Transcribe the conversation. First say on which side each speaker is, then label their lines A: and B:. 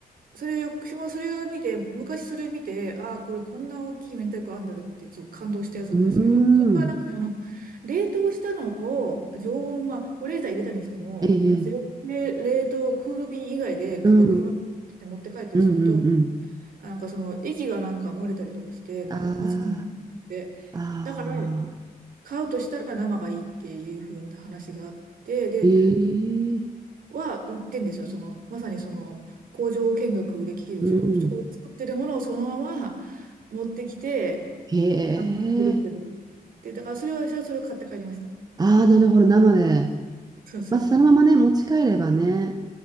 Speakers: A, on the right; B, on the right.
A: それ、私もそれを見て、昔それ見て、ああ、これこんな大きい明太子あんだってちょっと感動したやつなんですけど、
B: うん。う
A: それはなんかでもなんか、
B: ーん。
A: 冷凍したのを常温、まあ、保冷剤入れたにしても、
B: ええ。
A: 冷冷凍、クール便以外で、例えば車で持って帰ったりすると、
B: うん。うんうんうん。
A: なんかその液がなんか漏れたりとかして、なんかまずくなっちゃって、
B: ああ、ああ。
A: だから、買うとしたら生がいいっていう風な話があって、で、
B: ええ。
A: は売ってんですよ。その、まさにその工場見学できる、
B: うんうん。
A: その、そこで作ってるものをそのまま持ってきて、
B: へ
A: あの、売ってるっていうのが。
B: え。
A: で、だからそれは私はそれを買って帰りました。
B: ああ、なるほど。生で。
A: そうそう。
B: まあ、そのままね、持ち帰ればね、